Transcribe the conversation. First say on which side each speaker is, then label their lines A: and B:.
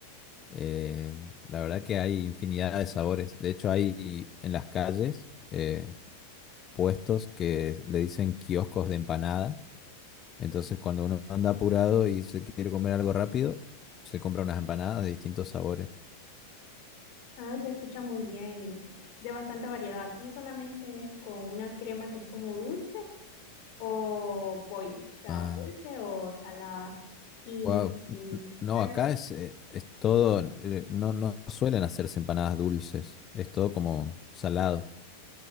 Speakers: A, on the left; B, on the left.
A: eh, la verdad que hay infinidad de sabores. De hecho, hay en las calles eh, puestos que le dicen kioscos de empanada. Entonces, cuando uno anda apurado y se quiere comer algo rápido, se compra unas empanadas de distintos sabores.
B: Ah, se escucha muy bien y de bastante variedad. Aquí solamente es con una crema que es como dulce o pollo, o sea,
A: Ah,
B: dulce o salada. Y,
A: Wow.
B: y
A: No,
B: algo,
A: acá es, eh, es todo, eh, no, no suelen hacerse empanadas dulces, es todo como salado.